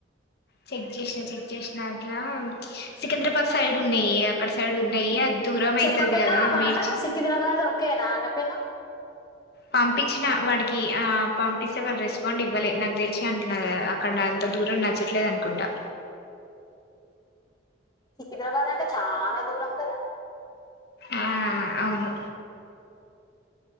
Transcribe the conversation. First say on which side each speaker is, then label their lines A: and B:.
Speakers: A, on the left; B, on the left.
A: చెక్ చేసిన చెక్ చేసిన అట్లా సికింద్రాబాద్ సైడ్ ఉన్నాయి అక్కడ సైడ్ ఉన్నాయి అ దూరం
B: చెప్పపోయినావు
A: అవుతుది కదా
B: ఆ మాట
A: మేర్చి
B: సికింద్రాబాద్ ఒకే నా ఆ అన్న పేనా
A: పంపించిన వాడికి ఆ పంపిస్తే వాళ్ళు రెస్పాండ్ ఇవ్వాలే నాకు తెలిచ అంటున్నారు అక్కడ అంత దూరం నచ్చట్లేదు అనుకుంటా
B: సికిద్రాబాద్ అంటే చాలా దూరం కదా
A: ఆ అవును